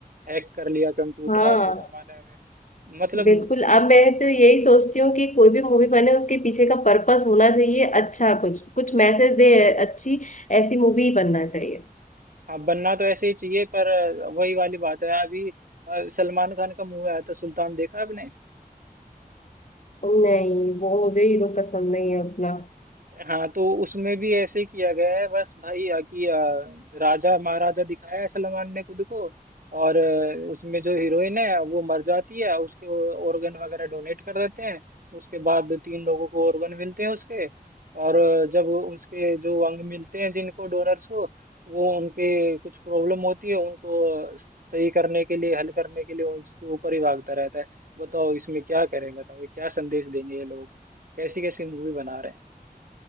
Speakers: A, on the right; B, on the left.
A: हैक कर लिया कंप्यूटर
B: हाँ
A: आज के जमाने में मतलब
B: बिल्कुल अब मैं तो यही सोचती हूँ कि कोई भी मूवी बने उसके पीछे का पर्पस होना चाहिए अच्छा कुछ कुछ मैसेज दे अच्छी ऐसी मूवी बनना चाहिए
A: हाँ बनना तो ऐसे ही चाहिए पर वही वाली बात है अभी अ, सलमान खान का मूवी आया था सुल्तान देखा आपने
B: नहीं वो मुझे हीरो पसंद नहीं है अपना
A: हाँ तो उसमें भी ऐसे ही किया गया है बस भाई आ, कि आ, राजा महाराजा दिखाया है सलमान ने खुद को और आ, उसमें जो हीरोइन है वो मर जाती है उसके ऑर्गन वगैरह डोनेट कर देते हैं उसके बाद तीन लोगों को ऑर्गन मिलते हैं उसके और आ, जब उसके जो अंग मिलते हैं जिनको डोनर्स को वो उनके कुछ प्रॉब्लम होती है उनको सही करने के लिए हल करने के लिए उसके ऊपर ही भागता रहता है बताओ इसमें क्या करें बताओ ये क्या संदेश देंगे ये लोग कैसी कैसी मूवी बना रहे हैं